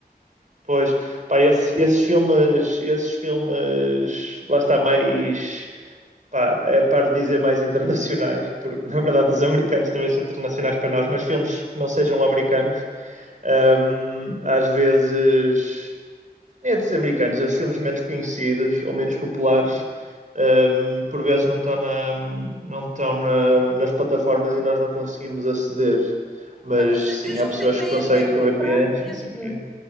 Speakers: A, on the right (about 50°); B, in the centre.
A: pois. Pá, esse- esses filmes, esses filmes, lá está mais Pá, é par de dizer mais internacionais, porque na verdade os americanos talvez são internacionais para nós, mas filmes que não sejam americanos, hum, às vezes, é de ser americanos, é os filmes menos conhecidos ou menos populares, hum, por vezes não estão, na- não estão na- nas plataformas e nós não conseguimos aceder. Mas
B: Pá, mas
A: sim,
B: eu já
A: há pessoas
B: tentei
A: que conseguem
B: até comprar
A: com VPNs
B: mesmo
A: e não sei o quê.